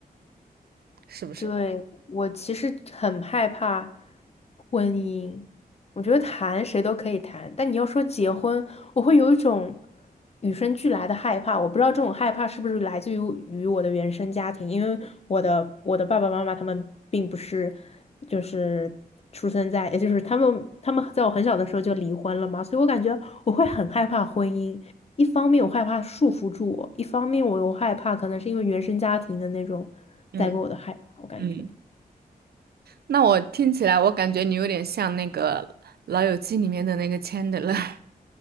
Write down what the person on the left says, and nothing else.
对，我其实很害怕婚姻，我觉得谈谁都可以谈，但你要说结婚，我会有一种与生俱来的害怕。我不知道这种害怕是不是来自于于我的原生家庭，因为我的我的爸爸妈妈他们并不是就是出生在，也就是他们他们在我很小的时候就离婚了嘛，所以我感觉我会很害怕婚姻。一方面我害怕束缚住我，一方面我又害怕可能是因为原生家庭的那种。
带过我的害怕，我感觉